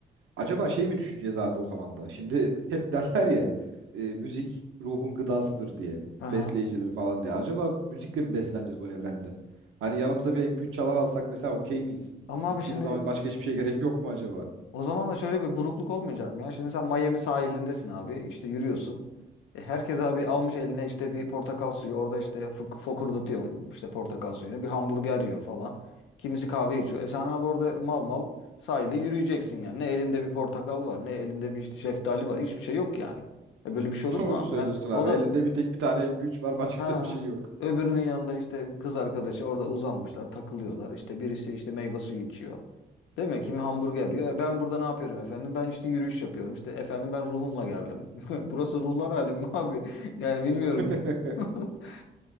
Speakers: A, on the right; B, on the left.
A: Acaba şey mi düşeceğiz abi o zaman da? Şimdi <laughs> hep derler ya e, müzik ruhun gıdasıdır diye,
B: Aha.
A: besleyicidir falan diye. Acaba müzikle mi besleneceğiz o evrende? Hani yanımıza bir MP3 çalar alsak mesela okey miyiz?
B: Ama
A: Gittiğimiz
B: abi şimdi
A: zaman başka hiçbir şey gerek yok mu acaba?
B: O zaman da şöyle bir burukluk olmayacak mı ya? Şimdi sen Miami sahilindesin abi. işte yürüyorsun. E, Herkes abi almış eline işte bir portakal suyu. Orada işte fık- fokurdatıyor işte portakal suyunu. Bir hamburger yiyor falan. Kimisi kahve içiyor. E sen abi orada mal mal sahilde yürüyeceksin yani. Ne elinde bir portakal var, ne elinde bir işte şeftali var. Hiçbir şey yok yani. E böyle bir şey
A: <laughs>
B: olur
A: Doğru
B: mu abi?
A: söylüyorsun
B: Yani
A: abi.
B: o da
A: Elinde bir tek bir tane MP3 var başka
B: Ha.
A: da bir şey yok.
B: Öbürünün yanında işte kız arkadaşı orada uzanmışlar, takılıyorlar. İşte birisi işte meyve suyu içiyor. Değil mi? Kimi hamburger yiyor. E ben burada ne yapıyorum efendim? Ben işte yürüyüş yapıyorum. İşte efendim ben ruhumla geldim. <laughs> Burası ruhlar alemi mi abi? Yani bilmiyorum.
A: <laughs>
B: <laughs>